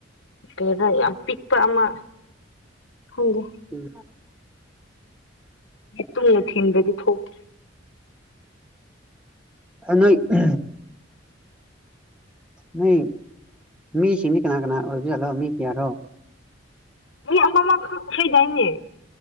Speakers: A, on the left (about 70°); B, in the centre.
A: ꯀꯩꯕꯥ ꯌꯥꯝ ꯄꯤꯛꯄ ꯑꯃ ꯈꯪꯗꯦ
B: ꯎꯝ
A: ꯌꯦꯠꯇꯨꯝꯅ ꯊꯤꯟꯗꯔꯗꯤ ꯊꯣꯛꯇꯦ
B: ꯑꯅꫭꯏ ꯑ ꯅꫭꯏ ꯃꯤꯁꯤꯡꯗꯤ ꯀꯅꯥ ꯀꯅꯥ ꯑꯣꯏꯕꯖꯥꯠꯂꯣ ꯃꯤ ꯀꯌꯥꯔꯣ
A: ꯃꯤ ꯑꯃ ꯃꯝꯈꯛ ꯍꯩꯗꯥꯏꯅꯦ